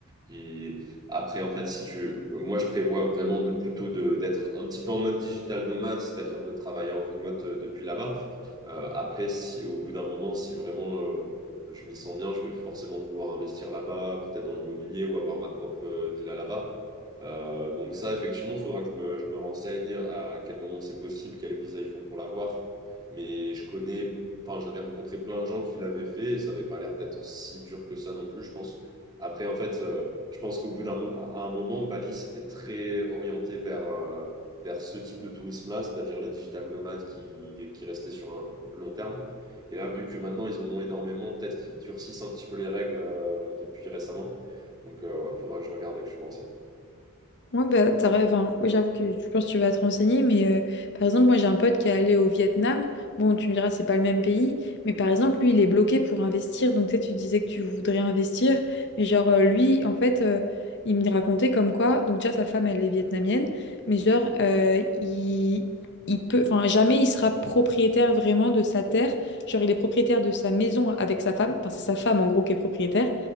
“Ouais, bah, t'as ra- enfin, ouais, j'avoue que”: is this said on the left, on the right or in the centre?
Left